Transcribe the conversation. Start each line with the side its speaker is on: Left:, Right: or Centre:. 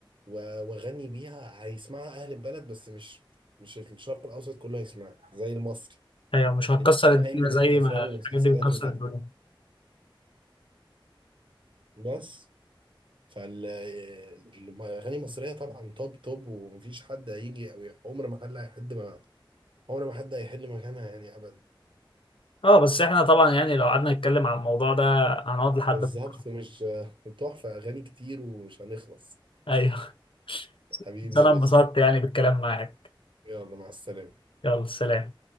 Right: و- واغني بيها هيسمعها اهل البلد بس مش مش الشرق الاوسط كله هيسمعها زي المصري
Left: هي مش هتكسر
Right: اللي كان
Left: الدنيا
Right: هيمن
Left: زي
Right: في الافلام
Left: ما
Right: والمسلسلات
Left: الحاجات دي بتكسر
Right: وكده
Left: الدنيا
Right: بس فالاغاني المصريه طبعا توب توب ومفيش حد هيجي او ي- عمر ما حد هيحد ما عمر ما حد هيحل مكانها يعني ابدا
Left: اه بس احنا طبعا يعني لو قعدنا نتكلم عن الموضوع ده هنقعد لحد
Right: بالظبط
Left: بكرة
Right: مش تحفه اغاني كتير ومش هنخلص
Left: ايوه <laughs>
Right: حبيبي
Left: بس انا
Right: يا باشا
Left: انبسطت يعني بالكلام معاك
Right: يلا مع السلامه
Left: يلا سلام